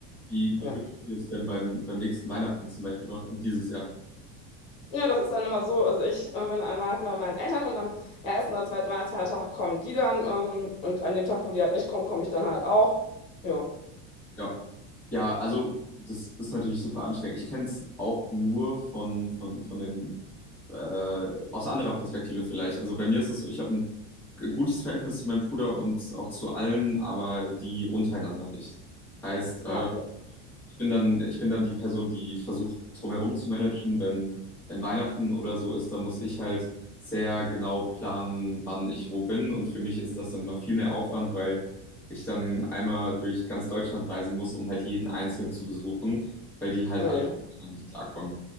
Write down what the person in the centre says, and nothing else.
wie, wie
würdet ihr es denn beim, beim nächsten Weihnachten zum Beispiel machen, dieses Jahr?
Ja. Ja, also das ist natürlich super anstrengend. Ich kenne es auch nur von, von, von den, äh, aus anderer Perspektive vielleicht. Also bei mir ist es so, ich habe ein gutes Verhältnis zu meinem Bruder und auch zu allen, aber die untereinander nicht. Heißt, äh,
Ich bin dann, ich bin dann die Person, die versucht, drumherum zu managen. Wenn, wenn Weihnachten oder so ist, dann muss ich halt sehr genau planen, wann ich wo bin. Und für mich ist das dann immer viel mehr Aufwand, weil ich dann einmal durch ganz Deutschland reisen muss, um halt jeden Einzelnen zu besuchen, weil die halt
alle
miteinander nicht klarkommen.